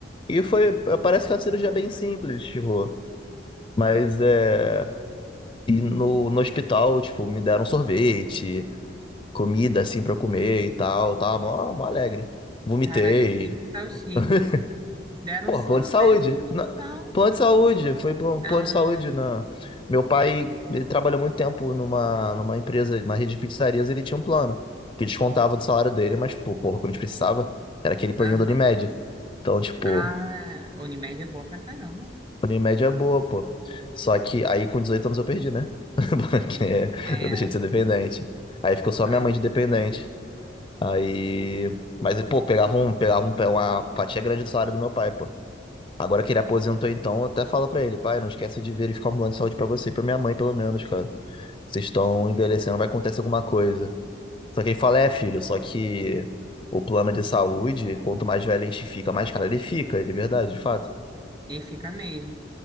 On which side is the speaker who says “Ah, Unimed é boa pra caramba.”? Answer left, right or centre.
Right